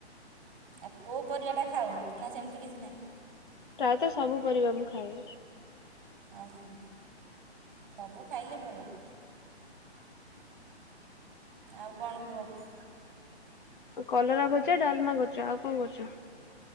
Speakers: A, on the right; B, on the left.
A: ଆଉ କୋଉ ପରିବାଟା ଖାଅନି ନା ସେମିତି କିଛି ନାହିଁ?
B: ପ୍ରାୟତଃ ସବୁ ପରିବା ମୁଁ ଖାଏ।
A: ଓ ହ ସବୁ ଖାଇଲେ ଭଲ। ଆଉ କଣ କୁହ।
B: କଲରା ଭଜା ଡାଲମା କରିଛ ଆଉ କଣ କରିଛ?